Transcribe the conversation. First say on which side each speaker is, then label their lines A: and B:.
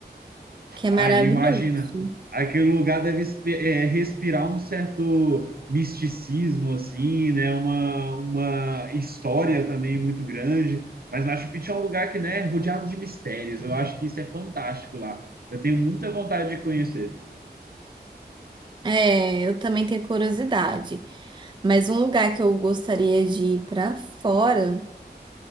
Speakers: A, on the right; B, on the right.
A: Que é
B: Aí,
A: maravilhoso.
B: imagina, aquele lugar deve espe- é, respirar um certo misticismo, assim, né? Uma, uma história também muito grande. Mas Machu Picchu é um lugar que, né, é rodeado de mistérios. Eu acho que isso é fantástico lá. Eu tenho muita vontade de conhecer.
A: É, eu também tenho curiosidade. Mas um lugar que eu gostaria de ir pra fora,